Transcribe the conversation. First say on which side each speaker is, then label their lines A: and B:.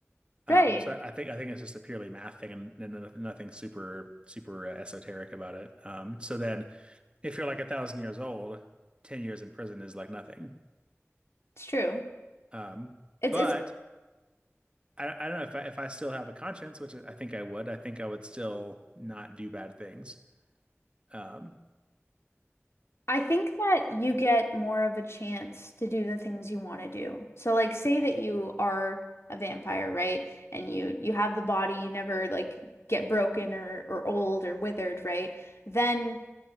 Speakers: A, on the right (about 20°); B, on the left (about 65°).
A: Um,
B: Right.
A: so I I think I think it's just a purely math thing and, and no- nothing super super uh, esoteric about it. Um, so then if you're like a thousand years old, 10 years in prison is like nothing.
B: It's true.
A: Um,
B: It's
A: but
B: it's
A: I, I don't know if I, if I still have a conscience, which I think I would. I think I would still not do bad things. Um,
B: I think that you
A: man,
B: get more of a chance to do the things you want to do. So like say that you are a vampire, right? And you you have the body, you never like get broken or or old or withered, right? Then